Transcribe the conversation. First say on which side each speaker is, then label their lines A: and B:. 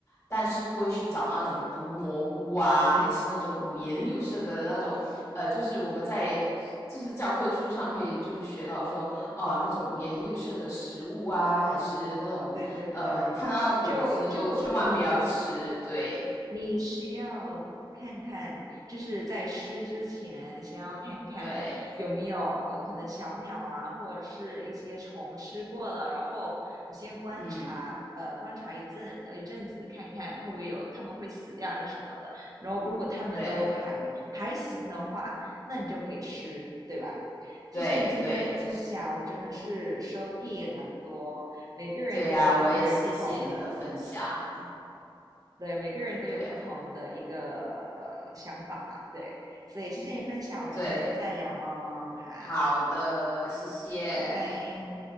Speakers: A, on the left (about 30°); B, on the right (about 45°).
A: 但是不会去找那种毒蘑菇啊，还是那种五颜六色的那种，呃，就是我们在就是教科书上会就是学到说，哦、那种五颜六色的食物啊，还是那种呃，
B: 对对对，
A: 你看到的果汁都千万不要吃，
B: 就就你，
A: 对
B: 你需要看看，就是在吃之前，先要看看有没有呃，
A: 对，
B: 可能小鸟啊，或者是一些虫吃过了，然后你先观察，
A: 嗯，
B: 呃，观察一阵呃一阵子，看看会不会有它们会死掉还是什么的。然后如果它们都还还行的话，
A: 对
B: 那你就可以吃，对吧？谢谢你今天的分享，
A: 对对，就是
B: 我真的是收益良多。每个人都有每个人不同的
A: 对呀、我也谢谢你的分享，
B: 对，每个人都有不同的一个呃想法嘛，
A: 对呀、
B: 对，所以谢谢你分享，我们下次再聊哦，
A: 对，
B: 好，
A: 好的，谢谢。
B: 拜拜。